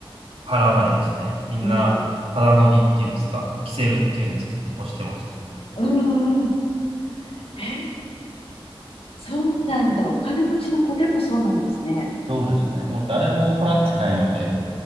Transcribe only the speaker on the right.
払わないですね。みんな、
ただ乗りっていうんですかキセルっていうんですかをしてましたね。
そうですね。もう誰も払ってないので、